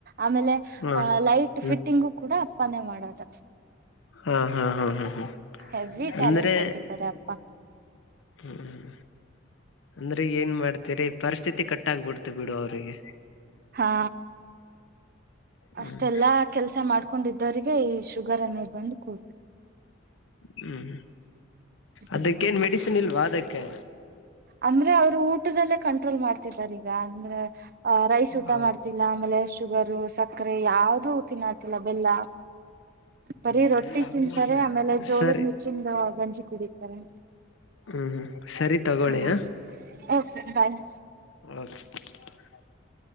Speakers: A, on the right (about 50°); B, on the left (about 75°).
A: ಆಮೇಲೆ
B: ಹಾ
A: ಆ ಲೈಟ್
B: ಹ್ಮ್
A: ಫಿಟ್ಟಿಂಗು ಕೂಡ ಅಪ್ಪನೆ ಮಾಡೋದ
B: ಹಾ ಹಾ ಹಾ ಹಾ ಹಾ
A: ಹೆವಿ
B: ಅಂದ್ರೆ
A: ಟ್ಯಾಲೆಂಟೆಡ್ ಇದ್ದಾರೆ ಅಪ್ಪ
B: ಹ್ಮ್ ಅಂದ್ರೆ ಏನ್ ಮಾಡ್ತರಿ ಪರಿಸ್ಥಿತಿ ಕಟ್ಟಾಗಬಿಡ್ತು ಬಿಡು ಅವ್ರಿಗೆ
A: ಹಾ ಅಷ್ಟೆಲ್ಲಾ
B: ಹ್ಮ್
A: ಕೆಲ್ಸ ಮಾಡ್ಕ ಕೊಂಡಿದ್ದವರಿಗೆ ಈ ಶುಗರ್ ಅನ್ನೋದು ಬಂದು ಕೂಡ್
B: ಹ್ಮ್ ಹ್ಮ್
A: ಹ್ಮ್
B: ಅದಕ್ಕೇನ್ ಮೆಡಿಸಿನ್ ಇಲ್ವಾ ಅದಕ್ಕೆ
A: ಅಂದ್ರೆ ಅವ್ರು ಊಟದಲ್ಲೇ ಕಂಟ್ರೋಲ್ ಮಾಡ್ತಿದ್ದಾರೆ ಅಂದ್ರೆ ರೈಸ್ ಊಟ
B: ಹೌದು
A: ಮಾಡ್ತಿಲ್ಲ ಆಮೇಲೆ ಶುಗರ್ ಸಕ್ಕರೆ ಯಾವವುದೂ ತಿನ್ನತಿಲ್ಲ ಬೆಲ್ಲ ಬರಿೀ
B: ಸರಿ ಹ್ಮ್
A: ರೊಟ್ಟಿ ತಿನ್ಸರಿ ಆಮೇಲೆ ಜೋಳದ
B: ಸರಿ
A: ಮುಚ್ಚಿಂದ ಗಂಜಿ ಕುಡಿತಾರೆ
B: ಹ್ಮ್ ಹ್ಮ್ ಸರಿ ತಗೋಳಯ
A: ಹಾ ಓಕೆ ಬಾಯ್
B: <unintelligible>